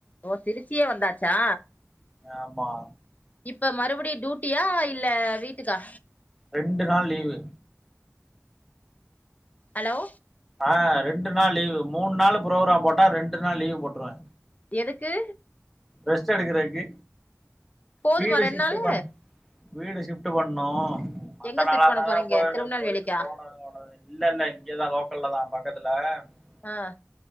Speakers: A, on the left; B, in the centre.
A: ஓ திருச்சியே வந்தாச்சா
B: ஆமா
A: இப்ப மறுபடி டுயூட்டியா இல்ல வீட்டுக்கா
B: ரெண்டு நாள் லீவு
A: அலோ
B: ஆ ரெண்டு நாள் லீவு மூணு நாள் ப்ரோக்ராம் போட்டா ரெண்டு நாள் லீவு போட்ருவே
A: எதுக்கு
B: ரெஸ்ட் எடுக்கறக்கு
A: போதுமா
B: வீடு
A: ரெண்டு
B: ஷிப்ட்
A: நாளு
B: பண் வீடு ஷிப்ட் பண்ணோ மத்த
A: எங்க
B: நாளானா
A: சிட் பண்ண போறீங்க
B: தா போய்
A: திருநெல்வேலிக்கா
B: போயிட்டு போனனும் இல்ல இல்ல இங்கதான் லோக்கல்ல தான் பக்கத்துல <unintelligible>
A: ஆ